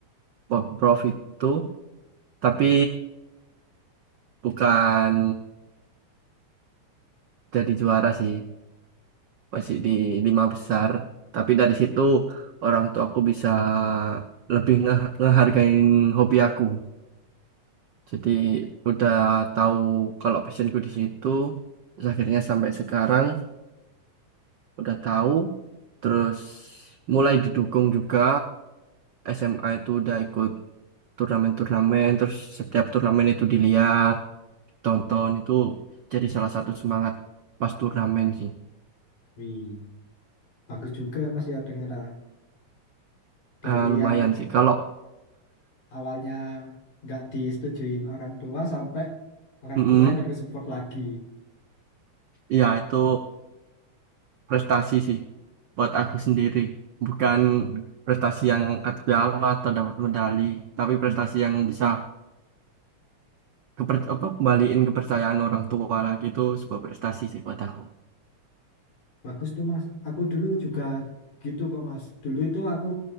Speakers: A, on the right; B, on the left.
A: Pemprov itu tapi bukan jadi juara sih masih di lima besar tapi dari situ orang tua aku bisa lebih nge- ngehargain hobi aku jadi udah tahu kalau passionku di situ terus akhirnya sampai sekarang udah tahu terus mulai didukung juga SMA itu udah ikut turnamen-turnamen, terus setiap turnamen itu dilihat, tonton itu jadi salah satu semangat pas turnamen sih.
B: wih. Bagus juga Mas ya ternyata dari
A: Ah, lumayan
B: yang
A: sih. Kalau
B: awalnya nggak disetujuin orang tua sampai orang
A: mm
B: tua ikut ke support lagi.
A: ya itu prestasi sih buat aku sendiri, bukan prestasi yang angkat piala atau dapat medali, tapi prestasi yang bisa keper apa kembaliin kepercayaan orang tua lagi itu sebuah prestasi sih buat aku.
B: Bagus tuh Mas. Aku dulu juga gitu kok Mas. Dulu itu aku